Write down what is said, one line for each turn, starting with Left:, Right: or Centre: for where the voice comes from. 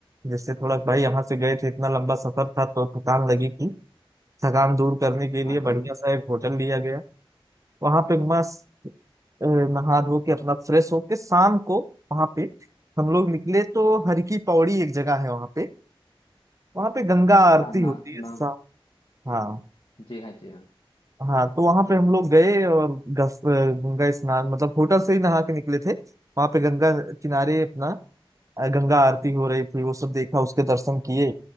Right: जिससे थोड़ा भाई यहाँ से गए थे इतना लंबा सफर था तो थकान लगी थी थकान दूर करने के लिए
Left: हाँ जी
Right: बढ़िया सा एक होटल लिया गया वहां पे मस्त अ, नहा धो के अपना फ्रेश होके शाम को वहां पे हम लोग निकले तो हर की पौड़ी एक जगह है वहां पे वहां पे गंगा आरती
Left: हाँ ना
Right: होती
Left: ना
Right: है शाम हाँ
Left: जी हाँ जी हाँ
Right: हाँ तो वहां पे हम लोग गए और गस- अ, गंगा स्नान मतलब होटल से ही नहा के निकले थे वहां पे गंगा किनारे अपना अ, गंगा आरती हो रही थी वो सब देखा उसके दर्शन किए